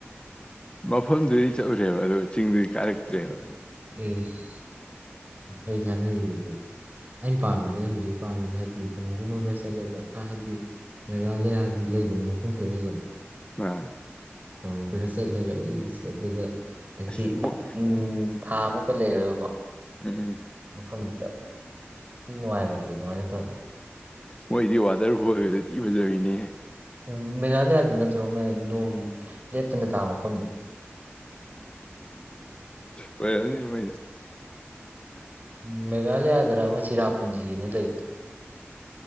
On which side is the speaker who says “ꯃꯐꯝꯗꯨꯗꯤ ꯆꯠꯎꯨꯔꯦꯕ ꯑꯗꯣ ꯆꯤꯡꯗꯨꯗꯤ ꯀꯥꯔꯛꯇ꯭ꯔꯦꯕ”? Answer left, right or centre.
Left